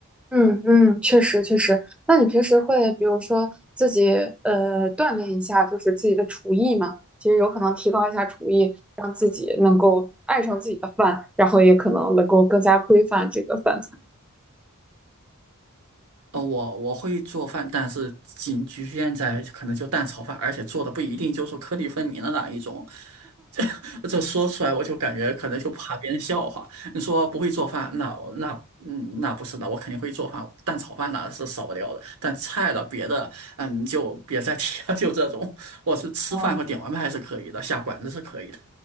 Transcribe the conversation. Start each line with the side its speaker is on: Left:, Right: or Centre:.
Centre: 嗯嗯，确实确实。那你平时会比如说自己呃锻炼一下，就是自己的厨艺嘛？其实有可能提高一下厨艺，让自己能够爱上自己的饭，然后也可能能够更加规范这个饭菜。
Right: 呃，我我会做饭，但是仅局限在可能就蛋炒饭，而且做的不一定就是颗粒分明的那一种。<laughs> 这这说出来我就感觉可能就怕别人笑话。你说不会做饭，那我那嗯那不是的，我肯定会做饭，蛋炒饭那是少不了的。但菜了别的，嗯就别再提了，<laughs> 就这种。我是吃饭和点外卖是可以的，
Centre: 哦，
Right: 下馆子是可以的，